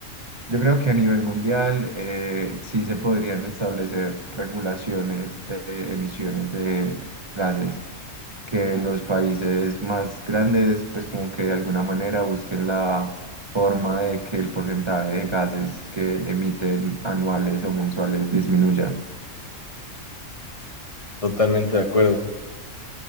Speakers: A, on the right; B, on the left.
A: Yo creo que a nivel mundial eh, sí se podrían establecer regulaciones de emisiones de gases, que los países más grandes pues como que de alguna manera busquen la forma de que el porcentaje de gases que emiten anuales o mensuales disminuya.
B: totalmente de acuerdo.